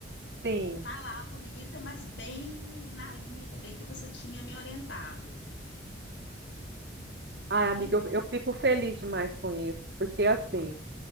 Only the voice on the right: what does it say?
sim.
Ai, amiga,
eu, eu fico feliz demais com isso, porque assim,